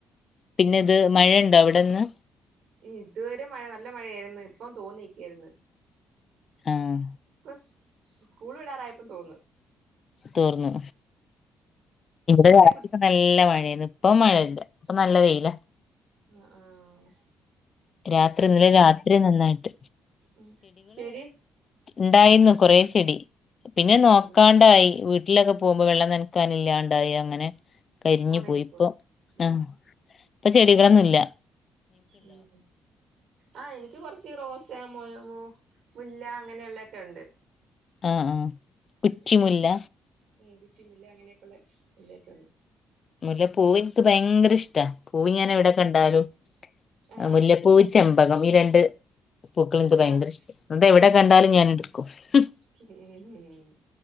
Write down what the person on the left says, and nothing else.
പിന്നെ ഇത് മഴയുണ്ടോ അവിടെ ഇന്ന്.
ആഹ്
തോർന്നു ഇവിടെ
രാവിലെ.
നല്ല മഴയായിരുന്നു ഇപ്പൊ മഴയില്ല ഇപ്പൊ നല്ല വെയിലാ.
രാത്രി ഇന്നലെ രാത്രി നന്നായിട്ട്.
ഉണ്ടായിരുന്നു കൊറേ ചെടി പിന്നെ
നോക്കാണ്ടായി
വീ വീട്ടിലൊക്കെ പോകുമ്പോൾ വെള്ളം നനക്കാനില്ലാണ്ടായി അങ്ങനെ. കരിഞ്ഞു
പോയി ഇപ്പം
ആഹ് ഇപ്പൊ ചെടികളൊന്നും ഇല്ല.
ആഹ് ആഹ് കുറ്റിമുല്ല
മുല്ല പൂവ് എനിക്ക് ഭയങ്കര ഇഷ്ടാ, പൂവ് ഞാൻ എവിടെ കണ്ടാലും.
മുല്ലപ്പൂവ് ചെമ്പകം ഈ രണ്ട്. പൂക്കള് എനിക്ക് ഭയങ്കര
ഇഷ്ടാ, അത് എവിടെ
കണ്ടാലും ഞാൻ എടുക്കും ഉം.